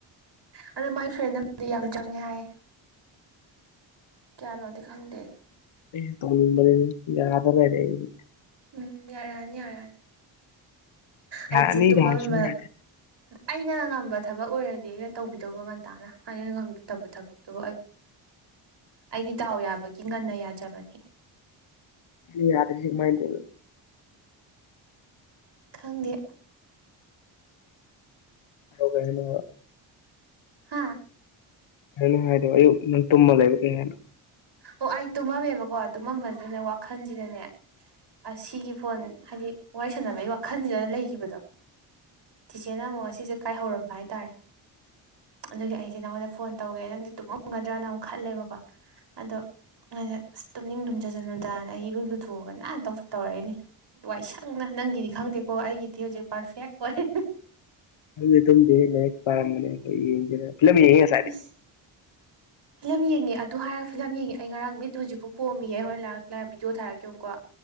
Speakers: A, on the right (about 55°); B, on the left (about 70°).
A: ꯑ ꯑꯗꯣ ꯃꯥꯒꯤ ꯁ꯭ꯔꯦꯟ ꯑꯃꯗꯤ ꯌꯥꯝ ꯆꯪꯉꯦ ꯍꯥꯏ ꯀꯌꯥꯅꯣꯗꯤ ꯈꯪꯗꯦ
B: ꯑꯩꯁꯨ ꯇꯧꯅꯤꯡꯕꯅꯦ ꯌꯥꯗꯥ ꯂꯩꯔꯦ ꯑꯩꯁꯦ
A: ꯎꯝ ꯌꯥꯔꯛꯑꯅꯤ ꯌꯥꯔꯛꯑꯅꯤ
B: ꯌꯥꯅꯤꯒ
A: ꯑꯩꯁꯦ ꯇꯨꯝꯃꯥꯝꯕ
B: ꯍꯥꯏꯔ ꯁꯨꯡꯌꯥ ꯌꯥꯗꯦ
A: ꯑꯩꯅ ꯉꯝꯕ ꯊꯕꯛ ꯑꯣꯏꯔꯗꯤ ꯑꯩꯅ ꯇꯧꯕꯤꯗꯧꯕ ꯉꯟꯇꯥꯅ ꯑꯩꯅ ꯉꯝꯗꯕ ꯊꯕꯛꯇꯨꯕꯨ ꯑꯩꯗꯤ ꯗꯥꯎ ꯌꯥꯕꯒꯤ ꯉꯟꯅ ꯌꯥꯖꯕꯅꯦ
B: ꯅꯪ ꯌꯥꯔꯤꯁꯤ ꯀꯃꯥꯢ ꯇꯧꯔꯤꯕ
A: ꯈꯪꯗꯦ
B: ꯑꯣ ꯀꯩꯅ
A: ꯍꯥꯥ
B: ꯑ ꯍꯥꯏꯦꯣ ꯑꯌꯣ ꯅꯪ ꯇꯨꯝꯃ ꯂꯩꯕ ꯀꯅ <unintelligible>
A: ꯑꯣ ꯑꯩ ꯇꯨꯝꯃꯝꯃꯦꯕꯀꯣ ꯇꯨꯝꯃꯝꯕꯁꯤꯗꯅꯦ ꯋꯥꯈꯜꯁꯤꯗꯅꯦ ꯑꯁ ꯁꯤꯒꯤ ꯐꯣꯟ ꯍꯥꯏꯗꯤ ꯋꯥꯔꯤ ꯁꯥꯟꯅꯕꯒꯤ ꯋꯥꯈꯜꯁꯤꯗ ꯂꯩꯈꯤꯕꯗꯣ ꯆꯤꯆꯦꯅ ꯑꯃꯨꯛ ꯉꯁꯤꯁꯦ ꯀꯥꯏꯍꯧꯔꯝꯕ ꯍꯥꯏꯇꯥꯔꯦ ꯑꯗꯨꯒꯤ ꯑꯩꯁꯦ ꯅꯪꯉꯣꯟꯗ ꯐꯣꯟ ꯇꯧꯒꯦ ꯅꯪꯁꯤ ꯇꯨꯝꯃꯝꯒꯗ꯭ꯔꯅ ꯑꯃꯨꯛ ꯈꯜꯂꯦꯕꯀꯣ ꯑꯗꯣ ꯉꯁꯥꯢ ꯑꯁ ꯇꯨꯝꯅꯤꯡ ꯇꯨꯝꯖꯖꯅꯨ ꯗꯅ ꯑꯩ ꯏꯔꯨ ꯂꯨꯊꯣꯛꯑꯒ ꯅꯥꯟꯅ ꯇꯧꯔꯛꯏꯅꯤ ꯋꯥꯏꯁꯪꯅ ꯅꯪꯒꯤꯗꯤ ꯈꯪꯗꯦꯀꯣ ꯑꯩꯒꯤꯗꯤ ꯍꯧꯖꯤꯛ ꯄꯥꯔꯐꯦꯛ ꯑꯣꯏꯔꯦ
B: ꯑꯩꯗꯤ ꯇꯨꯝꯗꯦꯍꯦ ꯂꯥꯢꯔꯤꯛ ꯄꯥꯔꯝꯕꯅꯦ ꯐꯤꯂꯥꯝ ꯌꯦꯡꯁꯤꯔꯅ
A: ꯢꯁ ꯐꯤꯂꯝ ꯌꯦꯡꯉꯦ ꯑꯗꯨ ꯍꯥꯏꯔꯒ ꯐꯤꯂꯝ ꯌꯦꯡꯉꯦ ꯑꯩ ꯉꯔꯥꯡ ꯅꯨꯃꯤꯠ ꯍꯧꯖꯤꯛ ꯄꯣꯝꯃꯤꯌꯦ ꯍꯣꯏ ꯂꯥꯏꯛ ꯂꯥꯏ ꯚꯤꯗꯤꯑꯣ ꯊꯔꯛꯀꯦ ꯌꯦꯡꯉꯨꯒꯣ